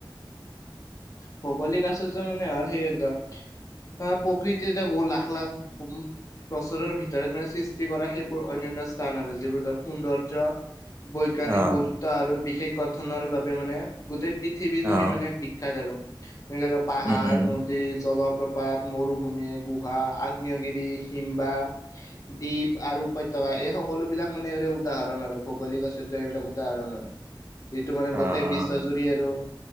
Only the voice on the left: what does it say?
ভৌগোলিক আচাৰ্য মানে <unintelligible> <unintelligible> প্ৰকৃতি এতিয়া বহ, লাখ লাখ <unintelligible> বছৰৰ ভিতৰত মানে সৃষ্টি কৰা সেইবোৰ অন্যন্য স্থান আৰু যিবোৰ ধৰ সৌন্দৰ্য বৈজ্ঞানিক
গুৰুত্ব আৰু বিশেষ গঠনৰ বাবে মানে গোটেই পৃথিৱী জুৰি
মানে বিক আৰু, যেনেক পাহাৰ
নদী জলপ-' <unintelligible> মৰুভূমি, গুহা, আগ্নেয়গিৰি, শিম্বা দ্বীপ আৰু উপত্যকা এই হক সকলোবিলাক মানে এওৰে উদাহৰণ আৰু ভৌগলিক আশ্চৰ্য্যৰ এইবিলাক উদাহৰণ হয়। এইটো মানে
গোটেই বিশ্বজুৰি আৰু